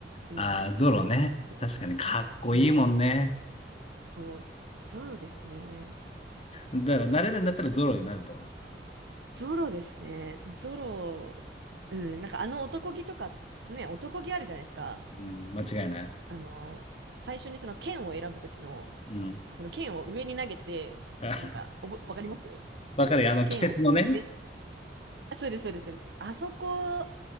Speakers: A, on the right; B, on the left.
A: うん、
B: あー、ゾロね。
A: やっぱり。ゾロ
B: 確かにかっこいいもんね。
A: うん、そう、ゾロですね。
B: だから、なれるんだったらゾロになると。
A: ゾロですね。ゾロ、うん、なんかあの男気とか、ね、男気あるじゃないですか。
B: うん、間違いない。
A: あの、最初にその剣を選ぶときの、
B: うん。
A: その剣を上に投げて、
B: あ、
A: なんか、おぼ、わかります
B: わかるよ。あの、鬼徹のね、
A: 剣をこう上、あそうです、そうです、そうです。あそこ、